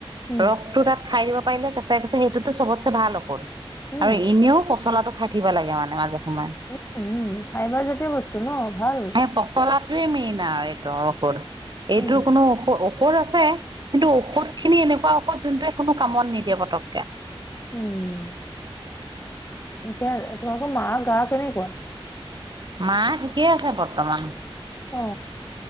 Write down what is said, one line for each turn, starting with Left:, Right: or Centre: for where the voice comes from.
Left: উম
Right: ৰসটো তাত খাই দিব পাৰিলে কেঁচাই, কেঁচাই সেইটোতো চবতচে ভাল ঔষধ।
Left: উম
Right: আৰু ইনেও পচলাটো খাই থাকিব লাগে মানে মাজে সময়ে
Left: উম, উম ফাইবাৰ জাতীয় বস্তু ন। ভাল
Right: এ, পচলাত টোৱে মেইন আৰু এইটো ঔষধ। এইটো,
Left: উম
Right: কোনো <unintelligible> ঔষধ আছে, কিন্তু ঔষধ খিনি এনেকুৱা ঔষধ যোনটোৱে কোনো কামত নিদিয়ে পতক
Left: উম। এতিয়া তোমালোকৰ মাৰ গা, কেনেকুৱা?
Right: মা, ঠিকেই আছে বৰ্তমান।
Left: অ